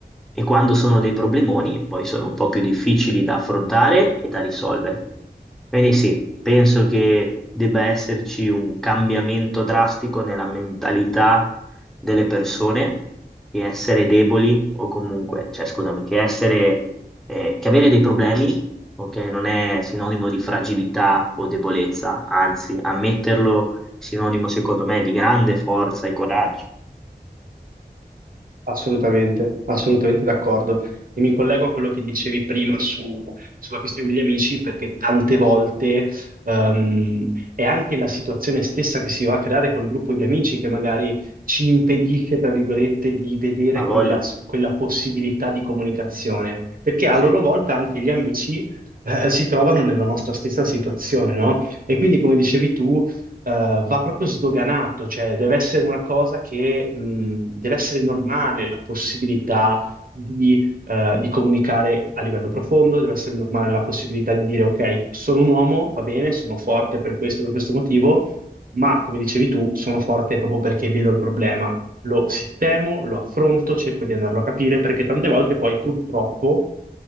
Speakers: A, in the centre; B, on the right.
A: E quando sono dei problemoni, poi sono un po' più difficili da affrontare e da risolvere. Quindi sì, penso che debba esserci un cambiamento drastico nella mentalità delle persone che essere deboli o comunque, cioè scusami, che essere, eh, che avere dei problemi, ok, non è sinonimo di fragilità o debolezza, anzi, ammetterlo è sinonimo secondo me di grande forza e coraggio.
B: Assolutamente, assolutamente d'accordo. E mi collego a quello che dicevi prima su- sulla questione degli amici, perché tante volte ehm, è anche la situazione stessa che si va a creare col gruppo di amici che magari ci impedisce, tra virgolette, di vedere
A: Ha
B: quella,
A: voglia?
B: quella possibilità di comunicazione, perché a
A: Sì,
B: loro volta anche gli amici eh, si trovano nella nostra stessa situazione, no? E quindi, come dicevi tu, eh, va proprio sdoganato, cioè deve essere una cosa che mh, deve essere normale la possibilità di, eh, di comunicare a livello profondo, deve essere normale la possibilità di dire ok, sono un uomo, va bene, sono forte per questo, per questo motivo, ma come dicevi tu, sono forte proprio perché vedo il problema. Lo sistemo, lo affronto, cerco di andarlo a capire, perché tante volte poi purtroppo